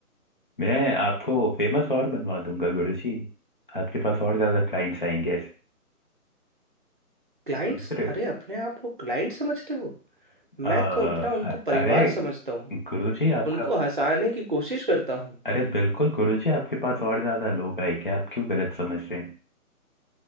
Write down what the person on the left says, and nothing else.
मैं आपको फेमस और बनवा दूंगा गुरु जी आपके पास और ज्यादा क्लाइंट्स आएंगे ऐसे
समझ रहे हो
अ,
अ-
अरे
गुरु जी आपका
अरे बिल्कुल गुरु जी आपके पास और ज्यादा लोग आएंगे आप क्यों गलत समझ रहे हैं